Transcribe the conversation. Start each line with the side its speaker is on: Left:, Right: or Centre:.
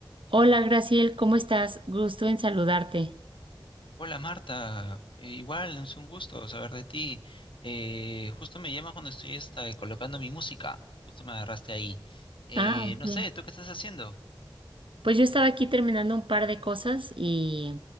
Right: Hola, Graciel, ¿cómo estás? Gusto en saludarte.
Left: Hola Marta, Eh, igual es un gusto saber de ti. Eh, justo me llama cuando estoy esta, colocando mi música, justo me agarraste ahí. Eh,
Right: Ah, ok.
Left: no sé, ¿tú qué estás haciendo?
Right: Pues yo estaba aquí terminando un par de cosas y